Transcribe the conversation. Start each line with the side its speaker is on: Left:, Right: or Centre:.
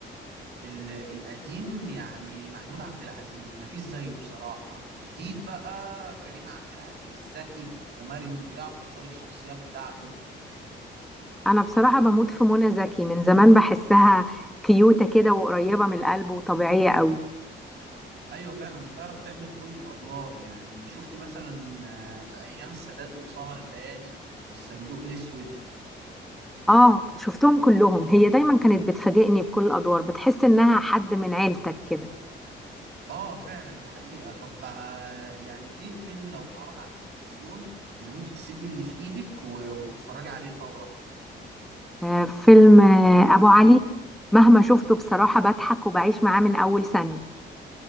Right: ال- القديم يعني محمود عبد العزيز مفيش زيه بصراحة جديد بقى كريم عبد العزيز ذكي ومرن بيعرف يختار الشخصيات بتاعته
Centre: انا بصراحة بموت في منى زكي من زمان بحسها كيوتة كده وقريبة من القلب وطبيعية قوي
Right: أيوة فعلا بتعرف تعمل كل الأدوار يعني شفتي مثلا آه، في أيام السادات وسهر الليالي والصندوق الأسود
Centre: اه شفتهم كلهم هي دايما كانت بتفاجئني بكل الادوار بتحس انها حد من عيلتك كده
Right: آه فعلا دي حقيقة طب آه، يعني إيه فيلم لو اتعرض على التلفزيون اللي ممكن تسيبي اللي في إيدك و- وتتفرجي عليه فورا
Centre: آه فيلم آه ابو علي مهما شفته بصراحة بضحك وبعيش معاه من اول ثانية